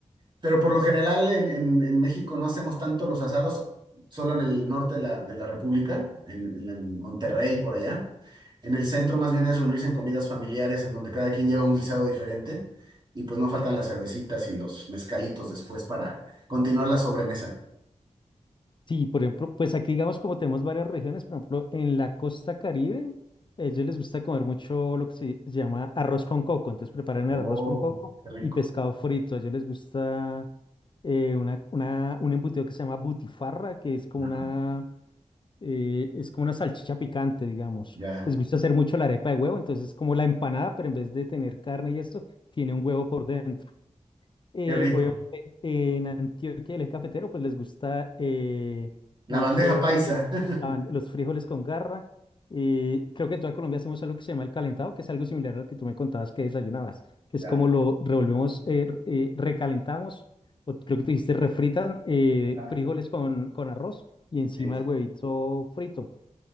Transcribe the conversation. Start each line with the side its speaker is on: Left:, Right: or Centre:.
Right: Pero por lo general en, en- en México no hacemos tanto los asados, solo en el norte de la, de la República, en, en en Monterrey, por allá. En el centro más bien es reunirse en comidas familiares en donde cada quien lleva un guisado diferente y pues no faltan las cervecitas y los mezcalitos después para continuar la sobremesa.
Left: Sí, por ejemplo, pues aquí digamos como tenemos varias regiones, por ejemplo, en la costa Caribe, a ellos les gusta comer mucho lo que se se llama arroz con coco, entonces preparan
Right: Oh,
Left: el arroz con coco
Right: qué rico.
Left: y pescado frito, a ellos les gusta eh, una, una- un embutido que se llama butifarra, que es como
Right: Ajá.
Left: una, eh, es como una salchicha picante, digamos.
Right: Ya,
Left: Les gusta hacer mucho la arepa de huevo, entonces es como la empanada, pero en vez de tener carne y esto, tiene un huevo por dentro. Eh,
Right: qué rico.
Left: obviamente, eh, en Antioquia, el eje cafetero, pues les gusta eh,
Right: La
Left: mucho
Right: bandeja paisa.
Left: pues,
Right: <laughs>
Left: la ban- los frijoles con garra. Eh, creo que en toda Colombia hacemos algo que se llama el calentado, que es algo similar al que tú me contabas que desayunabas, que
Right: Ya,
Left: es como lo revolvemos, eh, r- eh, recalentamos, o creo que tú dijiste refritan eh,
Right: ajá,
Left: frijoles con, con arroz y encima
Right: sí.
Left: el huevito frito.